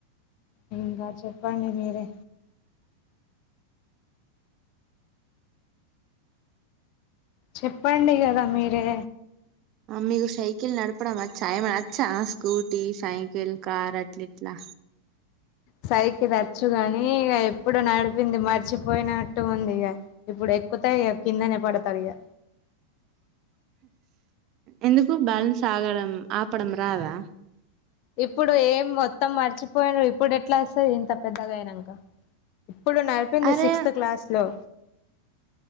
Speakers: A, on the left; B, on the right.
A: ఇంగా చెప్పండి మీరే చెప్పండి కదా మీరే
B: మీకు సైకిల్ నడపడం వచ్చా ఏమైనా వచ్చా స్కూటీ సైకిల్ కార్ అట్ల ఇట్లా
A: సైకిల్ వచ్చుగాని ఇగ ఎప్పుడు నడిపింది మర్చిపోయినట్టు ఉంది ఇగ ఇప్పుడే ఎక్కుతే కిందనే పడతారు ఇక
B: ఎందుకు బ్యాలన్స్ ఆగడం ఆపడం రాదా
A: ఇప్పుడు ఏం మొత్తం మర్చిపోయాను ఇప్పుడు ఎట్లా వస్తది ఇంత పెద్దగా అయినాక ఇప్పుడు నడిపింది
B: అరే
A: సిక్స్త్ క్లాస్ లో